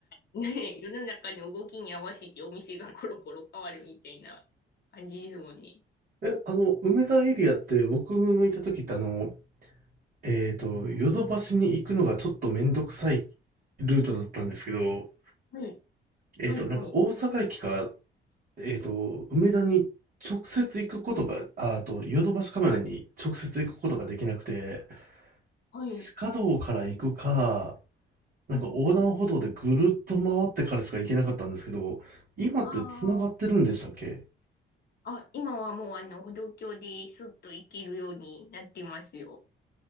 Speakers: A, on the left; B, on the right.
A: <laughs> ね、世の中の動きに合わせてお店がコロコロ変わるみたいな感じですもんね。
B: <laughs> え、あの、梅田エリアって僕のいた時ってあの、えっと、ヨドバシに行くのがちょっとめんどくさいルートだったんですけど、
A: はい、
B: えっと、
A: はい、
B: なんか大阪駅から、
A: はい、
B: えっと、梅田に直接行くことが、あ、あと、ヨドバシカメラに直接行くことができなくて、
A: はい。
B: 地下道から行くか、
A: うん
B: なんか横断歩道でぐるっと回ってからしか行けなかったんですけど、
A: うん、
B: 今って繋がってるんでしたっけ
A: ああ、あ、今はもうあの、歩道橋でスッと行けるようになってますよ。